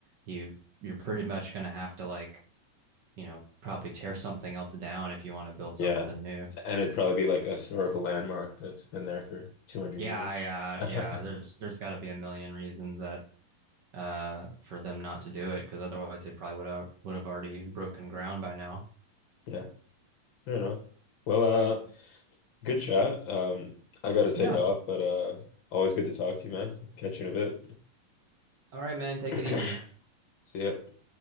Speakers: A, on the right (about 80°); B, on the left (about 65°).
A: you you're pretty much gonna have to like you know probably tear something else down if you want to build something
B: Yeah.
A: new.
B: And it'd probably be like a historical landmark that's been there for 200
A: Yeah,
B: years.
A: yeah, yeah.
B: <laughs>
A: There's there's got to be a million reasons that uh, for them not to do it because otherwise they probably would have would have already broken ground by now.
B: Yeah. I don't know. Well, uh,
A: Yeah.
B: good chat. Um, I gotta take
A: Yeah.
B: off, but uh, always good to talk to you, man. Catch you in a
A: All right, man. Take
B: bit.
A: it easy.
B: <clears throat> See ya.